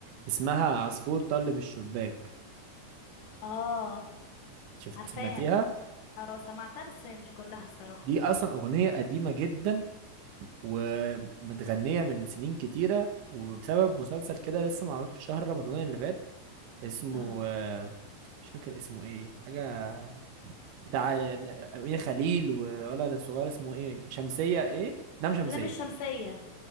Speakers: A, on the right; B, on the left.
A: اسمها عصفور طل من الشباك
B: اه
A: شفت
B: عارفاها
A: سمعتيها
B: دي اه سمعتها بس مش كلها الصراحة
A: دي اصلا اغنيه قديمه جدا ومتغنية من سنين كتيرة وبسبب مسلسل كده لسه معروض في شهر رمضان اللي فات اسمه
B: اه
A: آه، مش فاكر اسمه ايه حاجة بتاع أمينة خليل ولا الصغير اسمه ايه شمسية ايه لام شمسية
B: اللام الشمسية